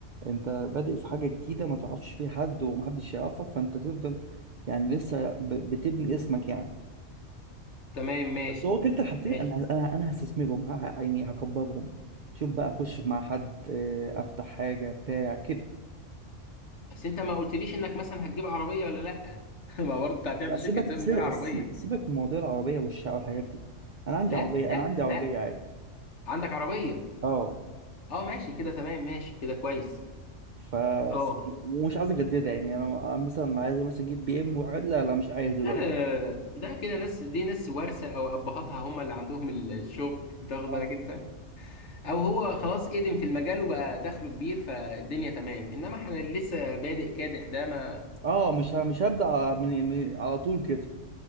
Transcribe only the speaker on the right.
انت بادئ في حاجه جديده ما تعرفش فيها حد ومحدش يعرفك فانت تفضل يعني لسه ب- بتبني اسمك يعني
بس هو كلتا الحالتين
انا انا انا هستثمرهم ه- يعني هكبرهم شوف بقى اخش
مع حد آه، افتح حاجه بتاع كده
لا سيبك
سي-
سي- سيبك من موضوع العربيه والشقه والحاجات دي انا عندي
عربيه
انا عندي عربيه
عادي
اه
ف
ومش عايز اجددها يعني انا مثلا عايز مثلا اجيب بي ام وحاجات لا لا مش عايز دلوقتي
اه
اه مش ه- مش هبدا من من- على طول كده